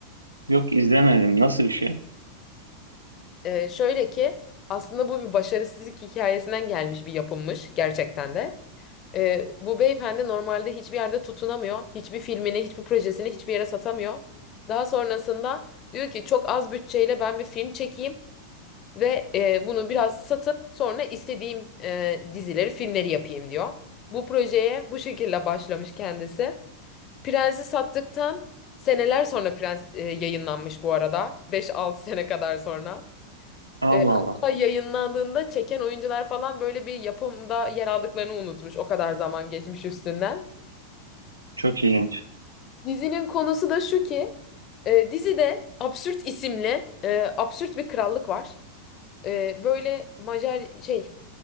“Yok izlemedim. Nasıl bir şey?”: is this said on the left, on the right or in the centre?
Right